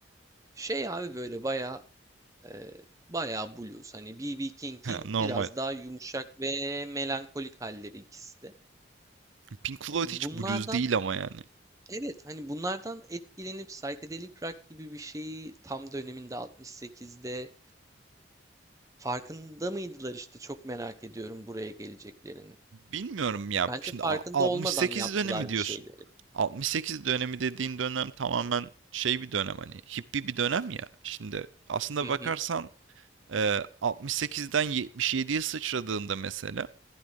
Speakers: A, on the right; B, on the right.
A: Şey abi böyle bayağı e, bayağı blues. Hani B.B. King'in
B: normal.
A: biraz daha yumuşak ve melankolik halleri ikisi de.
B: Pink Floyd
A: E,
B: hiç
A: Bunlardan
B: blues değil ama yani.
A: Evet hani bunlardan etkilenip psychedelic rock gibi bir şeyi tam döneminde 68'de farkında mıydılar işte çok merak ediyorum buraya geleceklerinin.
B: Bilmiyorum ya.
A: Bence
B: Şimdi
A: farkında
B: a- 68
A: olmadan yaptılar
B: dönemi diyorsun.
A: bir şeyleri.
B: 68 dönemi dediğin dönem tamamen şey bir dönem hani hippi bir dönem ya. Şimdi aslında
A: Hı
B: bakarsan
A: hı,
B: e, 68'den 77'ye sıçradığında mesela